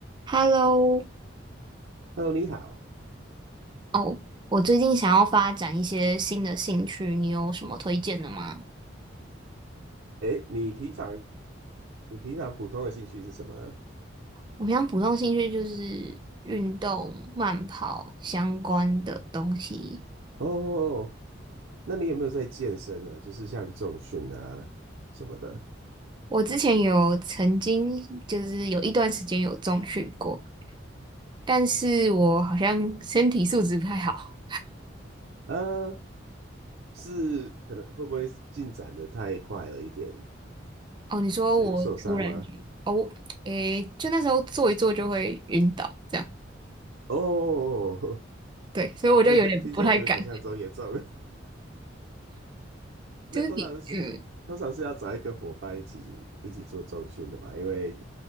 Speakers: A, on the right; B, on the right.
A: Hello，
B: Hello，你好。
A: 哦，我最近想要发展一些新的兴趣，你有什么推荐的吗？
B: 哎，你平常你平常普通的兴趣是什么呢？
A: 我平常普通兴趣就是运动、慢跑相关的东西。
B: 哦，那你有没有在健身呢？就是像重训啊什么的。
A: 我之前有曾经就是有一段时间有重训过，但是我好像身体素质不太好。
B: 呃，是可能会不会进展的太快了一点？
A: 哦，你说我突然就哦，
B: 是有受伤吗？
A: 诶，就那时候做一做就会晕倒，这样，
B: 哦，
A: 对，
B: <laughs>
A: 所以我就有点不太敢，
B: 这听起来比我想象中严重。<laughs> 那通常是通常是要找一个伙伴一起一起做重训的嘛，
A: 就是你，嗯。
B: 因为